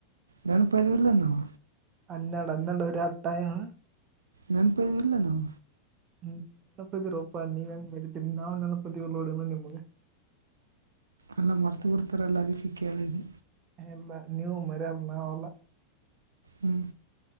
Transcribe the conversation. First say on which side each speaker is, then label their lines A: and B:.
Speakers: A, on the right; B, on the right.
A: ನನಪೈದಿವಿಲಾ ನಾವು.
B: ಅನ್ನಾಡ ಅನ್ನೆಡ ಒರಿ ಆಯ್ತು ಟೈಮ್.
A: ನೆನಪುವದಿವಿಲ್ಲಾ ನಾವು.
B: ಹ್ಮ ನೆನಪ್ದಿರೋಪ್ಪಾ ನೀವ ಹೆಂಗ್ ಮರತೀರಿ ನಾವ್ ನೆನಪಾದಿವಿಲ್ಲಾ ನೋಡ್ ಇನ್ನ ನಿಮ್ಗ.
A: ಎಲ್ಲ ಮರ್ತು ಬಿಡ್ತಾರಲ್ಲ ಅದಕ್ಕೆ ಕೇಳಿದೆ.
B: ಇಲ್ಲ ನೀವು ಮರಿಯೋರು ನಾವಲ್ಲ.
A: ಹ್ಮ್